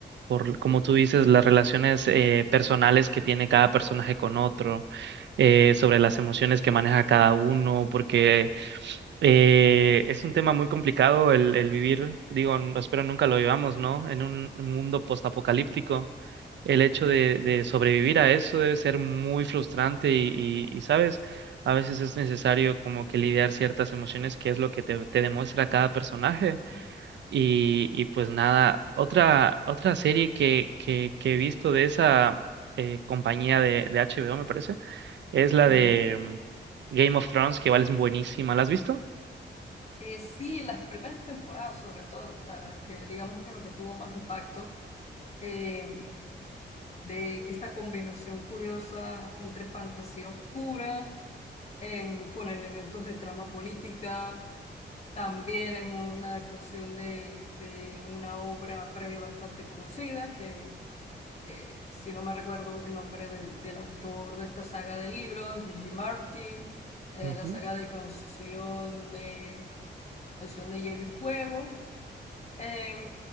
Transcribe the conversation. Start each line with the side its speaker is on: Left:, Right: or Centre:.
Right: por, como tú dices, las relaciones eh, personales que tiene cada personaje con otro, eh, sobre las emociones que maneja cada uno, porque eh, es un tema muy complicado el, el vivir, digo, n- espero nunca lo vivamos, ¿no? En un un mundo postapocalíptico, el hecho de, de sobrevivir a eso debe ser muy frustrante y, y, y, ¿sabes? A veces es necesario como que lidiar ciertas emociones, que es lo que te, te demuestra cada personaje.
Left: Mm.
Right: Y, y pues nada, otra, otra serie que, que, que he visto de esa eh, compañía de, de HBO, me parece, es la
Left: Ujú.
Right: de mm, Game of Thrones, que igual es buenísima. ¿La has visto?
Left: Eh, sí, las primeras temporadas, sobre todo, ah, que digamos que lo que tuvo más impacto eh, de esta combinación curiosa entre fantasía oscura, em, con elementos de trama política, también es una adaptación de, de una obra previa bastante conocida, que eh, si no me recuerdo el nombre del, del autor de esta saga de libros, Gigi Martin, eh,
Right: Ujú.
Left: la saga de canción de... Canción de Hielo y Fuego, Eh,